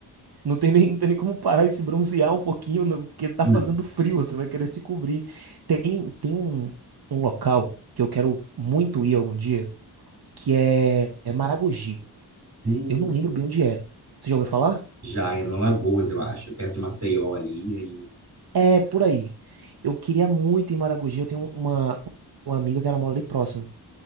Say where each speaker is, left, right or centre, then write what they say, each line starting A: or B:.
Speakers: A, on the right; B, on the right.
A: não tem nem, não tem nem como parar e se bronzear um pouquinho, não, porque tá
B: Não.
A: fazendo frio, você vai querer se cobrir. Tem, tem um, um local que eu quero muito ir algum dia, que é, é Maragogi.
B: Hum,
A: Eu não lembro bem onde é. Você já ouviu falar?
B: Já é no Alagoas, eu acho, é perto de Maceió ali. aí-
A: É, por aí. Eu queria muito ir em Maragogi, eu tenho uma, uma amiga que ela mora ali próximo.